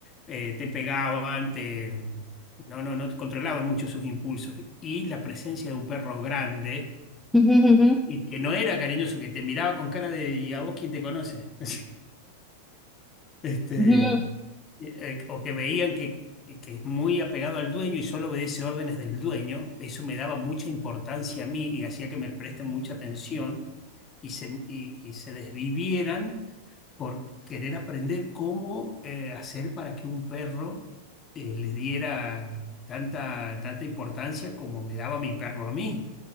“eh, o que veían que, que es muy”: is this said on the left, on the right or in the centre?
Left